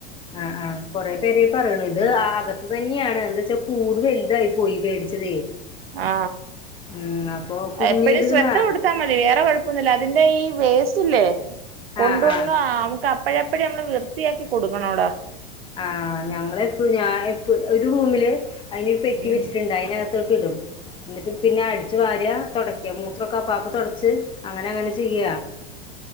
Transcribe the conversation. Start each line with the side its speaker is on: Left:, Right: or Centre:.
Left: ആഹ് ആഹ് കൊറെ പേരെ പറിണ് ഇത് ആകത്ത് തന്ന്യാണ്. എന്തച്ചാ കൂട് വല്തായി പോയി വേടിച്ചതേ
Right: ആ
Left: ഉം അപ്പൊ കുഞീത്കളാ
Right: എപ്പോഴും ശ്രദ്ധ കൊടുത്താൽ മതി വേറെ കൊഴപ്പൊന്നുല്ല. അതിന്റെ ഈ വേസ്റ്റ്ല്ലെ കൊണ്ടുവന്ന
Left: ആഹ് ആഹ്
Right: നമക്ക് അപ്പഴപ്പഴേ നമ്മള് വൃത്തിയാക്കി കൊടുക്കണോടാ
Left: ആ ഞങ്ങളിപ്പോ ഞാൻ ഒരു റൂമില് അയിനൊരു പെട്ടി
Right: ഉം
Left: വെച്ചിട്ട്ണ്ട് അയ് ത്തോട്ട് ഇടും എന്നിട്ട് പിന്നെ അടിച് വാരിയ തൊടയ്ക്ക. മൂത്രൊക്കെ അപ്പാപ്പ് തൊടച്ച് അങ്ങനെ അങ്ങനെ ചെയ്യ.